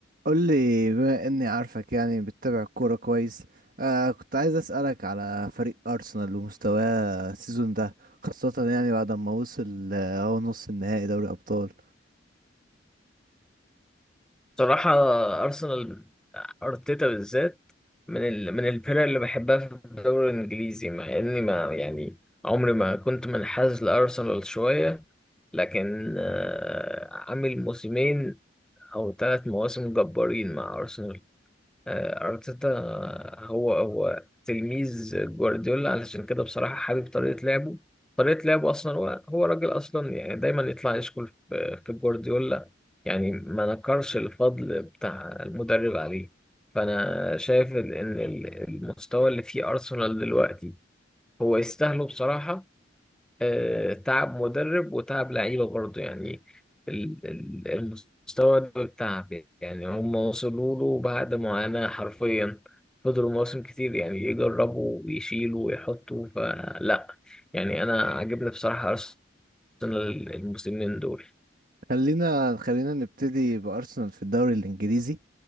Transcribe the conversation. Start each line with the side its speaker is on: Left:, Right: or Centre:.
Right: قول لي بما اني عارفك يعني بتتابع الكوره كويس آه كنت عايز اسالك على فريق ارسنال ومستواه السيزون ده خاصه يعني بعد ما وصل آه، هو نص النهائي دوري ابطال
Centre: صراحة أرسنال أرتيتا بالذات من ال... من الفرق اللي بحبها في الدوري الإنجليزي مع إني ما يعني عمري ما كنت منحاز لأرسنال شوية لكن آه، عامل موسمين أو ثلاث مواسم جبارين مع أرسنال آه، أرتيتا آه، هو هو تلميذ جوارديولا علشان كده بصراحة حابب طريقة لعبه طريقة لعبه أصلا هو هو راجل أصلا يعني دايما يطلع يشكر في في جوارديولا يعني ما نكرش الفضل بتاع المدرب عليه فأنا شايف إن ال- المستوى اللي فيه أرسنال دلوقتي هو يستاهله بصراحة آه، تعب مدرب وتعب لعيبة برضه يعني ال- ال- المستوى ده تعب يعني هم وصلوا له بعد معاناة حرفيا فضلوا مواسم كتير يعني يجربوا ويشيلوا ويحطوا فلا يعني أنا عاجبني بصراحة أرسنال الموسمين دول
Right: خلينا خلينا نبتدي بارسنال في الدوري الانجليزي